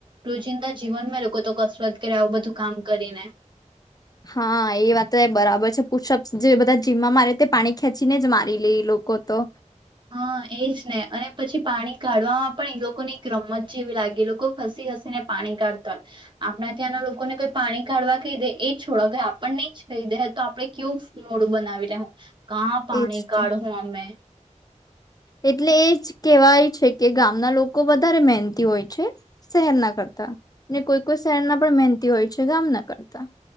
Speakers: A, on the right (about 40°); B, on the left (about 30°).
A: રોજિંદા જીવનમાં એ લોકો તો કસરત કરે આવું બધું કામ કરીને
B: હા એ વાત તો બરાબર છે પુષપ જે બધા જીમમાં મારે તે પાણી ખેંચીને જ મારી લે લોકો તો
A: હા એ જ ને અને પછી પાણી કાઢવામાં પણ એ લોકોની એક રમત જેવી લાગી લોકો ખસી હસી ને પાણી કાઢતા હોય આપણા ત્યાંના લોકોને કોઈ પાણી કાઢવા કહી દે એ છોડ આપને નહી જ કહી દે તો આપણે કેવું મોડું બનાવી લેવું કં પાણી
B: એજ
A: કાઢું
B: તો
A: અમે
B: એટલે એ જ કહેવાય છે કે ગામના લોકો વધારે મહેનતી હોય છે, શહેરના કરતા. ને કોઈ કોઈ શહેર ના પણ મહેનંતી હોય છે ગામ ના કરતા.